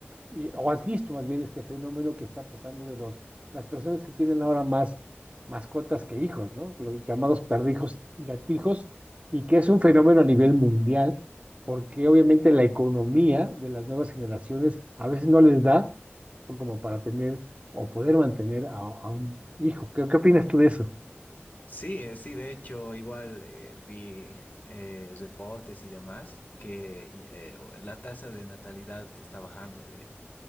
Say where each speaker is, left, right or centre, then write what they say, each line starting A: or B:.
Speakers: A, on the right; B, on the left.
A: y- o has visto más bien este fenómeno que está pasando de los, las personas que tienen ahora más mascotas que hijos, ¿no? Los llamados perrijos y gatijos, y que es un fenómeno a nivel mundial, porque obviamente la economía de las nuevas generaciones a veces no les da como para tener o poder mantener a, a un hijo. ¿Qué, qué opinas tú de eso?
B: Sí, eh, sí, de hecho, igual eh, vi eh, reportes y demás que y, eh, la tasa de natalidad está bajando de,